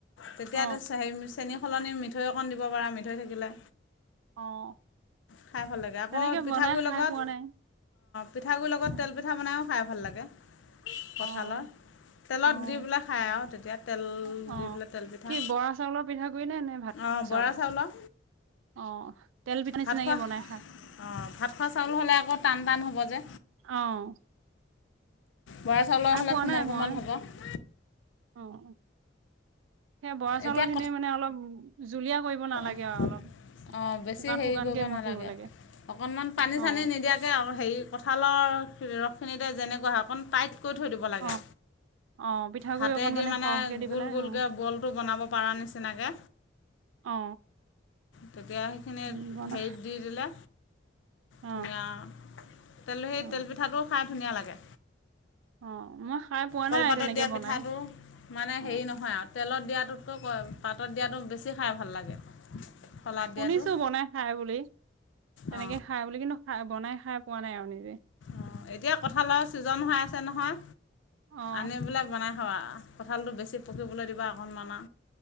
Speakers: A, on the left; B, on the right.
A: তেতিয়া
B: অ',
A: টে। হেৰি চেনি সলনি মিঠৈ অকণ দিব পাৰা মিঠৈ থাকিলে।
B: অ',
A: খাই ভাল লাগে আকৌ
B: তেনেকে
A: পিঠাগুড়িৰ
B: বনাই খাই
A: লগত।
B: পোৱা নাই।
A: পিঠাগুৰিৰ লগত
B: উম
A: তেল পিঠা বনাইয়ো খাই ভাল লাগে
B: অ',
A: কঠালৰ। তেলত
B: অ'।
A: দি পেলাই খায় আৰু তেতিয়া তেল
B: অ
A: দি পেলাই তেল পিঠা।
B: কি বৰা চাউলৰ পিঠাগুৰি নে নে ভাত খোৱা
A: অঁ বৰাচাউলৰ।
B: চাউলৰ অ তেল পিঠা নিচিনাকে
A: ভাত খোৱা
B: বনাই
A: অ
B: খাই
A: ভাত খোৱা চাউল হ'লে আকৌ টান টান হ'ব যে।
B: অ।
A: বৰা চাউলৰ
B: খাই
A: হ'লে
B: পোৱা
A: কোমল
B: নাই
A: কোমল
B: মই
A: হ'ব।
B: অ। সেয়ে বৰা চাউলৰ
A: এতিয়া
B: খিনিমানে অলপ জুলীয়া কৰিব নালাগে
A: ক
B: আৰু অলপ।
A: অঁ বেছি
B: শুকান
A: হেৰি
B: শুকানকে
A: কৰিব
B: মঠিব
A: নালাগে
B: লাগে
A: অকণমান পানী চানী
B: অ
A: নিদিয়াকে। তাকে হেৰি কঁঠালৰ ৰসখিনিতে যেনেকুৱা হয় অকণমান টাইট্ তকৈ থৈ দিব লাগে
B: অ অ পিঠাগুৰি
A: হাতেদিয়ে
B: অকণ
A: মানে
B: সৰহকে দি
A: গুল
B: পেলাই
A: গুলকে।
B: অ
A: বনাব পাৰা নিচিনাকে
B: অ
A: তেতিয়া। খিনি
B: উম বনা
A: হেৰিত দি জুইত দিলা।
B: অ
A: ধুনীয়া তেল সেই
B: অ
A: তেলপিঠাটোও খাই ধুনীয়া লাগে।
B: অ মই খাই পোৱা
A: কলপাতত
B: নাই তেনেকে
A: দিয়া
B: বনাই
A: পিঠাটো মানে
B: অ
A: হেৰি নহয় আ। তেলত দিয়াটোতকৈ কয় পাতত দিয়াটো বেছি খাই ভাল লাগে। শলাত
B: শুনিছো
A: দিয়াটো
B: বনাই খাই বুলি। তেনেকে
A: অঁ
B: খাই বুলি কিন্তু খাই বনাই খাই পোৱা নাই আৰু নিজেই।
A: অঁ এতিয়া কঁঠালৰ ছিজন হৈ আছে নহয়
B: অ
A: আনি বোলে বনাইৱ্য। ছ্শ কঁঠালটো বেছি পকিবলৈ দিবা অকণমান আ।